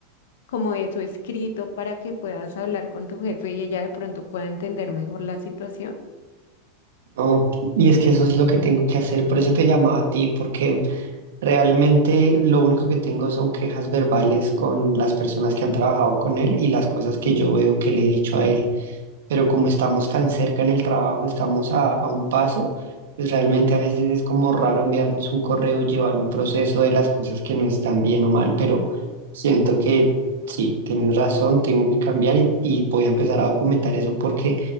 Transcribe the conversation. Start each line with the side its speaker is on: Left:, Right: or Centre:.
Left: como eso escrito para que puedas hablar con tu jefe y ella de pronto pueda entender mejor la situación?
Right: No, y es que eso es lo que tengo que hacer. Por eso te llamaba a ti, porque Realmente lo único que tengo son quejas verbales con las personas que han trabajado con él y las cosas que yo veo que le he dicho a él pero como estamos tan cerca en el trabajo, estamos a, a un paso, pues realmente a veces es como raro enviarnos un correo y llevar un proceso de las cosas que no están bien o mal, pero siento que sí, tienes razón, tengo que cambiar y, y voy a empezar a documentar eso porque